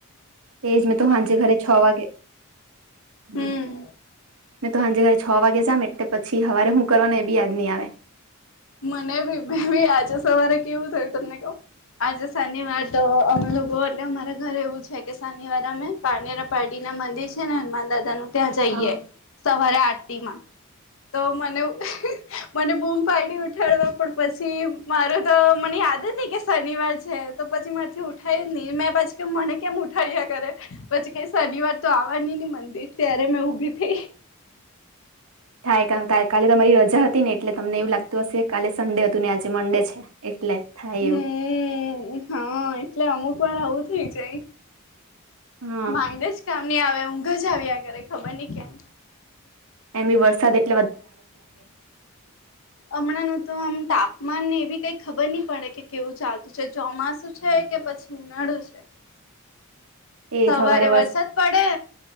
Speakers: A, on the right (about 75°); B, on the left (about 65°).
A: એજ મે તો હાજ ઘરે છ વાગગે હ.
B: હમ
A: મેં તો સાંજે ઘરે છ વાગે જામ એટલે પછી સવારે હું કરવાનું એ બી યા નહહી આવે.
B: મને બી મે ભી આજે સવારે કેવું થયું તમને કહ આજે સાનિવાર. તો અમે લોકો એટલે અમારા ઘરે એવું છે કે શનિવારે અમે પાનેરા પડીના મંદિર છે ને હનુમાન દાદાનું. ત્યા જઈએ
A: હા
B: સ. રા આરટીમાં તો મને મને બૂમ પાડીડી ઉ. ળવા પછી માર તો મને યાદ જ કે. શનિવાર છે તો પછી મારીથી ઉઠાય ન મેં પાછી કે મને કેમ ઉઠાડ્યા કરે પછી ક. ઘણી વાર તો આવવાની ને મંદિર ત્યારે મેં ઉભી થઈ.
A: થાય ક કાલે તમારી રજા હતી. ને એટલે તમને એવું લાગતું હશે કાલે સન્ડે હતું ને આજે મંડે છે એટલે. થાય
B: હમ
A: એવું
B: હા એટલે અમુક વાર આવું થઇ જ.
A: હા
B: માઇડ જ કામ ન આવે ઊંઘ જ આવ્યા કરરેે ખબર નહી કેમ.
A: એમી વરસાદ એટ.
B: હમણાં ન તો આમ તાપ. મને એવી કઈ ખબર નહી પડે કે કેવું ચાલતું છે ચોમાસું છે કે પછી ઉનાળું છે.
A: એજ
B: સવારે
A: હવારે
B: વરસાદ પડે